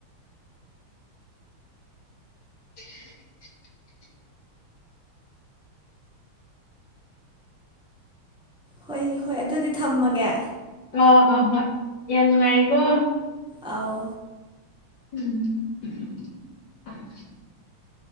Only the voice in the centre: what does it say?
ꯍꯣꯏ ꯍꯣꯏ ꯑꯗꯨꯗꯤ ꯊꯝꯃꯒꯦ
ꯑꯥꯎ